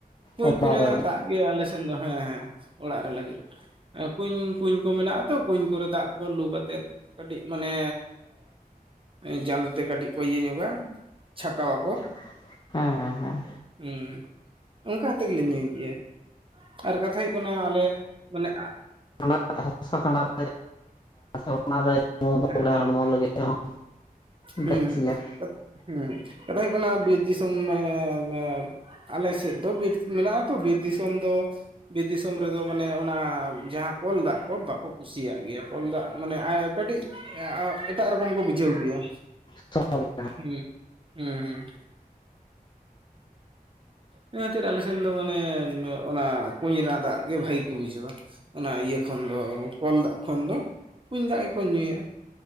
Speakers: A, on the right; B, on the left.
A: ᱠᱩᱧ
B: ᱚᱲᱟᱜ
A: ᱠᱚᱨᱮᱱᱟᱜ
B: ᱨᱮ
A: ᱫᱟᱜ ᱜᱮ ᱟᱞᱮ ᱥᱮᱱ ᱫᱚ ᱦᱮᱸ ᱦᱮᱸ ᱚᱲᱟᱜ ᱨᱮ ᱞᱟᱜᱤᱫ᱾ ᱮᱸ ᱠᱩᱧ ᱠᱩᱧ ᱠᱚ ᱢᱮᱱᱟᱜᱼᱟ ᱛᱚ ᱠᱩᱧ ᱠᱚᱨᱮ ᱫᱟᱜ ᱠᱚ ᱞᱩ ᱠᱟᱛᱮᱫ ᱠᱟᱹᱴᱤᱡ ᱢᱟᱱᱮ, ᱮᱸ ᱡᱟᱞᱛᱮ ᱠᱟᱹᱴᱤᱡ ᱠᱚ ᱤᱭᱟᱹ ᱧᱚᱜᱟ ᱪᱷᱟᱠᱟᱣᱟ
B: ᱪᱷᱟᱞᱟᱣ ᱟᱠᱚ᱾ ᱦᱮᱸ ᱦᱮᱸ ᱦᱮᱸ᱾
A: ᱩᱸᱻ, ᱚᱝᱠᱟ ᱠᱟᱛᱮ ᱜᱮᱞᱮ ᱧᱩᱭ ᱜᱮᱭᱟ᱾ ᱟᱨ ᱠᱟᱛᱷᱟ ᱦᱩᱭᱩᱜ ᱠᱟᱱᱟ ᱟᱞᱮ, ᱢᱟᱱᱮ
B: ᱚᱱᱟ ᱦᱟᱸᱥᱟ ᱠᱟᱰᱟ ᱨᱮ <inaudible> ᱚᱱᱟᱨᱮ
A: ᱦᱮᱸ ᱦᱮᱸ
B: <inaudible> ᱦᱚᱲᱢᱚ ᱞᱟᱹᱜᱤᱫ ᱦᱚᱸ
A: ᱦᱩᱸ
B: ᱵᱮᱥ ᱜᱮᱭᱟ
A: ᱦᱩᱸ, <inaudible> ᱦᱩᱸ ᱠᱟᱛᱷᱟ ᱦᱩᱭᱩᱜ ᱠᱟᱱᱟ ᱵᱤᱨ ᱫᱤᱥᱚᱢ ᱢᱟᱱᱮ <inaudible> ᱟᱞᱮ ᱥᱮᱫ ᱫᱚ ᱵᱤᱨ ᱢᱮᱱᱟᱜᱼᱟ ᱛᱚ ᱵᱤᱨ ᱫᱤᱥᱚᱢ ᱫᱚ ᱵᱤᱨ ᱫᱤᱥᱚᱢ ᱨᱮᱫᱚ ᱢᱟᱱᱮ ᱚᱱᱟ ᱡᱟᱦᱟᱸ ᱠᱚᱞ ᱫᱟᱜ ᱠᱚ ᱵᱟᱠᱚ ᱠᱩ ᱠᱩᱥᱤᱭᱟᱜ ᱜᱮᱭᱟ ᱠᱚᱞ ᱫᱟᱜ ᱢᱟᱱᱮ ᱠᱟᱹᱴᱤᱡ ᱮᱴᱟᱜ ᱨᱚᱠᱚᱢ ᱠᱚ ᱵᱩᱡᱷᱟᱹᱣ ᱜᱮᱭᱟ᱾
B: ᱟᱨ
A: ᱦᱩᱸ ᱦᱩᱸ ᱦᱩᱸ᱾ ᱤᱱᱟᱹ ᱠᱷᱟᱛᱤᱨ ᱟᱞᱮ ᱥᱮᱱ ᱫᱚ ᱢᱟᱱᱮ ᱚᱱᱟ ᱠᱩᱧ ᱨᱮᱱᱟᱜ ᱫᱟᱜ ᱜᱮ ᱵᱷᱟᱜᱤ ᱠᱚ ᱵᱩᱡᱷᱟᱹᱣᱟ᱾ ᱚᱱᱟ ᱤᱭᱟᱹ ᱠᱷᱚᱱ ᱫᱚ ᱠᱚᱞ ᱫᱟᱜ ᱠᱷᱚᱱ ᱫᱚ, ᱠᱩᱧ ᱫᱟᱜ ᱜᱮᱠᱚ ᱧᱩᱭᱟ᱾